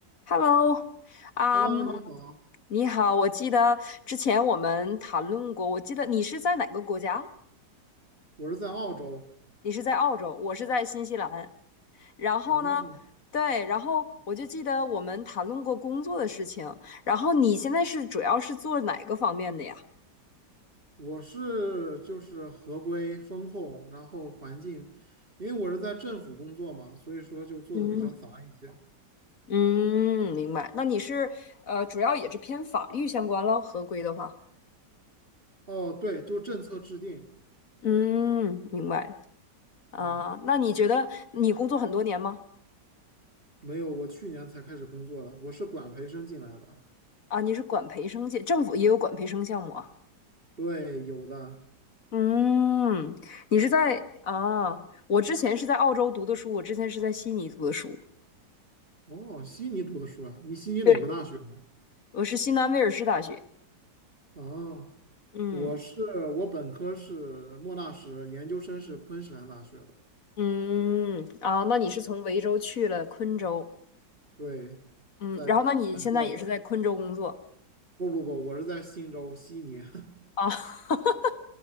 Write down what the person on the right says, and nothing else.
Hello，你好，
我是在澳洲。
哦，
我是就是合规风控，然后环境，因为我是在政府工作嘛，所以说就做的比较杂一些。
哦，对，就政策制定。
对，
没有，我去年才开始工作的，我是管培生进来的。
对，有的。
哦，悉尼读的书啊，你悉尼哪个大学的？
哦，
我是我本科是莫纳什，研究生是昆士兰大学的。
对，
在来的。
不不不，我是在新州悉尼。<laughs>